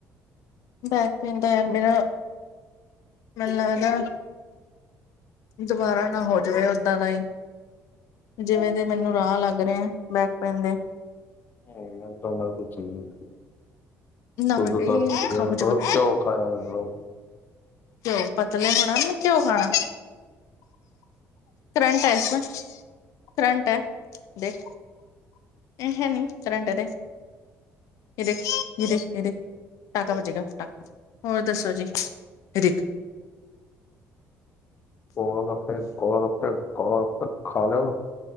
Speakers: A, on the left; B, on the left.
A: ਬੈਕ ਪੇਨ ਤੇ ਮੇਰਾ, ਮੈਨੂੰ ਲੱਦਾ। ਦੁਬਾਰਾ ਨਾ ਹੋ ਜਾਵੇ ਓਦਾਂ ਦਾ ਹੀ, ਜਿਵੇਂ ਦੇ ਮੈਨੂੰ ਰਾਹ ਲੱਗ ਰਿ ਪੈਂਦੇ।
B: ਹ। <unintelligible> ਖਾਇਆ
A: ਨਾ ਬੇਟੇ ਖਾ ਪੁਚਕਾ
B: ਕਰੋ।
A: ਘਿਉ ਪਤਲੇ ਹੋਣਾ ਨਾ, ਘਿਉਂ ਖਾਣਾ। ਕਰੰਟ ਹੈ ਇੱਥੇ, ਕਰੰਟ ਹੈ, ਦੇਖ। ਅ ਹੈ ਨੀ, ਕਰੰਰਟ ਦੇ। ਇਹ ਦੇਖ, ਇਹ ਦੇਖ, ਇਹ ਦੇਖ ਪਟਾਕਾ ਵੱਜੇਗਾ, ਪਟਾਕਾ, ਹੋਰ ਦੱਸੋ ਜੀ? ਇਹ ਦੇਖ
B: ਗੋਲਗੱਪੇ, ਗੋਲਗੱਪੇ, ਗੋਲਗੱਪੇ। ਖਾ ਲਓ,